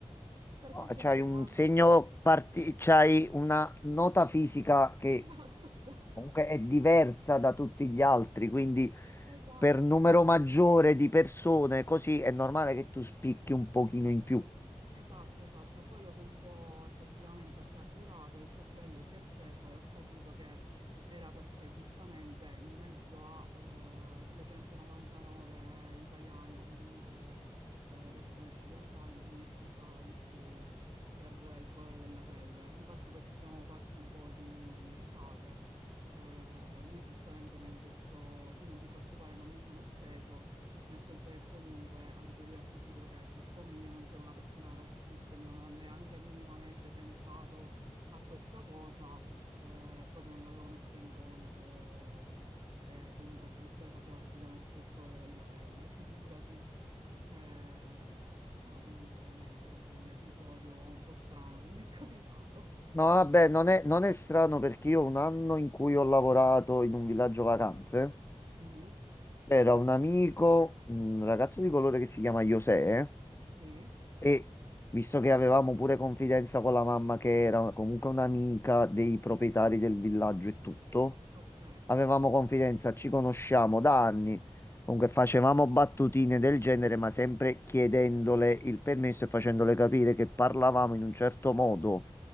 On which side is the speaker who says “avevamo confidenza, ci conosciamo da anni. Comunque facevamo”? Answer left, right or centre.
Left